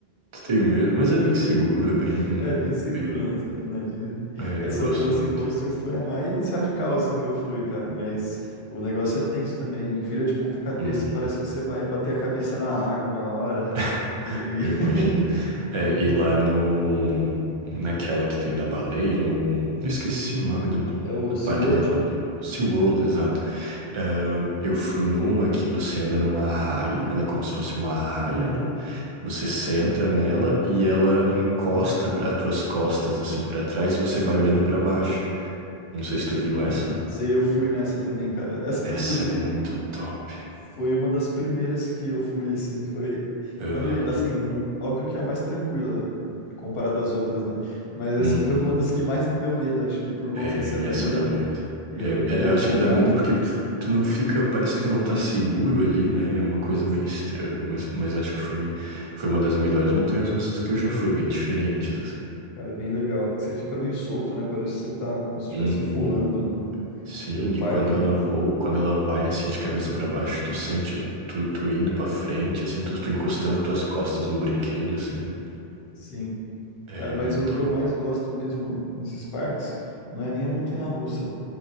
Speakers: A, on the right (about 45°); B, on the left (about 75°).
A: Tu tem medo? Mas é bem
B: <laughs>
A: seguro, é bem.
B: É bem seguro,
A: Bem.
B: né? Você tá ali na Disney.
A: É,
B: Essa
A: eu gosto
B: Velocicoaster
A: muito.
B: foi a mais radical, assim, que eu fui, cara. Mas o negócio é tenso também. Ele vira de ponta cabeça,
A: Uhum.
B: parece que você vai bater a cabeça na água uma hora.
A: <laughs>
B: E aí
A: Eu
B: <laughs>
A: imagino. É,
B: é loucura.
A: e lá no, naquela que tem da baleia, no, eu esqueci o nome do, do,
B: É o
A: do
B: SeaWorld.
A: parque da baleia. SeaWorld, exato. Ahn, eu fui numa que você anda numa arraia, ela é como se fosse uma arraia, né? Você senta nela e ela encosta para as tuas costas, assim, para trás, e você vai olhando para baixo. Não sei se
B: Se-
A: tu viu essa.
B: Sei, eu fui nessa também, cara. Essa,
A: Essa
B: inclusive,
A: é muito top.
B: foi uma das primeiras que eu fui, assim. Foi.
A: Aham.
B: Pode, assim, não... óbvio que é a mais tranquila comparada às outras, né? Mas essa
A: Uhum.
B: foi uma das que mais me deu medo, acho que por conta
A: É,
B: de ser a primeira.
A: essa dá medo.
B: E
A: É,
B: eu não ter
A: é, acho
B: contato
A: que dá medo porque
B: aqui.
A: tu, tu não fica, parece que tu não tá seguro ali, né? É uma coisa
B: Parece.
A: meio estranha, mas, mas acho que foi, foi uma das melhores montanhas russas que eu já fui, bem diferentes, assim.
B: Cara, é bem legal. Você fica meio solto, né? Parece que você tá como se estivesse
A: Uhum.
B: voando no-
A: Sim,
B: pelo parque,
A: e quando ela
B: né?
A: voa, quando ela vai assim de cabeça pra baixo, tu sente o- tu, tu indo pra frente, assim, tu, tu encostando tuas costas no brinquedo, assim, né?
B: Sim.
A: É
B: Cara, mas
A: bem
B: o
A: top.
B: que eu mais gosto mesmo nesses parques não é nem a montanha-russa.